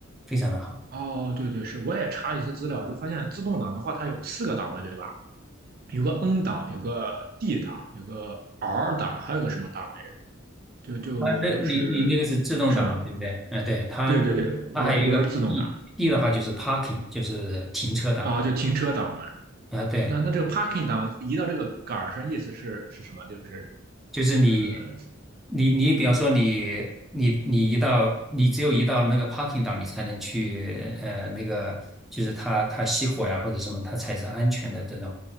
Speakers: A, in the centre; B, on the right.
A: 非常的好。
B: 呢？哦，对对，是，我也查了一些资料，就发现自动挡的话，它有四个档位，对吧？有个 N 档，有个 D 档，有个 R 档，还有个什么档来着？就就是
A: 啊，那你你那个是自动挡嘛，
B: 是吧？
A: 对不对？嗯，对，它
B: 对对对，我我是自动挡
A: 它还有一个 P P 的话就是 parking，就是停车档
B: 啊，就停车档嘛。
A: 啊，对，
B: 那那这个 parking 档移到这个杆儿上，意思是是什么？就是
A: 就是你
B: 呃，
A: 你你比方说你你你一到你只有一到那个 parking 档，你才能去呃那个就是它它熄火呀或者什么，它才是安全的这种。